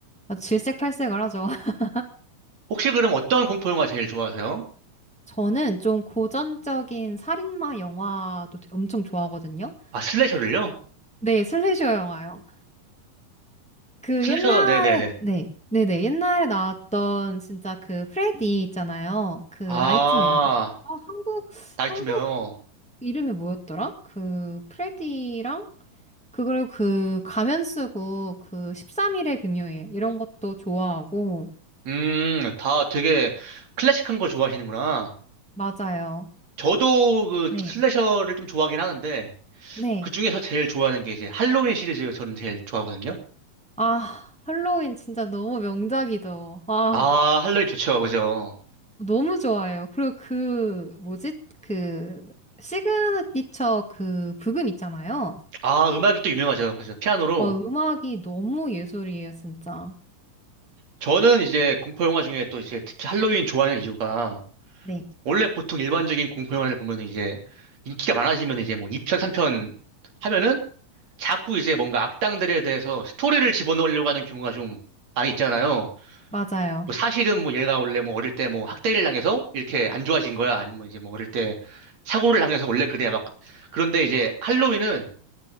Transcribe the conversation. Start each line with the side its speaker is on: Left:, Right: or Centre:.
Centre: 아, 질색팔색을 하죠. <laughs>
Right: 혹시 그럼 어떤 공포 영화 제일 좋아하세요?
Centre: 저는 좀 고전적인 살인마 영화도 되- 엄청 좋아하거든요.
Right: 아, 슬래셔를요?
Centre: 네, 슬래셔 영화요. 그
Right: 슬래셔,
Centre: 옛날에,
Right: 네네네.
Centre: 네, 네네, 옛날에 나왔던 진짜 그 프레디 있잖아요. 그
Right: 아,
Centre: 나이트메어. 아, 한국,
Right: 나이트메어.
Centre: 한국 이름이 뭐였더라? 그 프레디랑, 그걸 그 가면 쓰고 그 13일의 금요일, 이런 것도 좋아하고,
Right: 음, 다 되게 클래식한 걸 좋아하시는구나.
Centre: 맞아요.
Right: 저도 그
Centre: 네,
Right: 슬래셔를 좀 좋아하긴 하는데,
Centre: 네.
Right: 그 중에서 제일 좋아하는 게 이제 할로윈 시리즈 저는 제일 좋아하거든요.
Centre: 아, 할로윈 진짜 너무 명작이죠. 아.
Right: 아, 할로윈 좋죠. 그죠?
Centre: 너무 좋아요. 그리고 그, 뭐지? 그, 시그니처 그 부금 있잖아요.
Right: 아, 음악이 또 유명하죠. 그죠? 피아노로.
Centre: 와, 음악이 너무 예술이에요, 진짜.
Right: 저는 이제 공포영화 중에 또 이제 특히 할로윈 좋아하는 이유가,
Centre: 네,
Right: 원래 보통 일반적인 공포영화를 보면 이제 인기가 많아지면 이제 뭐 2편, 3편 하면은 자꾸 이제 뭔가 악당들에 대해서 스토리를 집어넣으려고 하는 경우가 좀 많이 있잖아요.
Centre: 맞아요.
Right: 뭐 사실은 뭐 얘가 원래 뭐 어릴 때 뭐 학대를 당해서 이렇게 안 좋아진 거야. 아니면 뭐 이제 뭐 어릴 때 사고를 당해서 원래 그래. 막 그런데 이제 할로윈은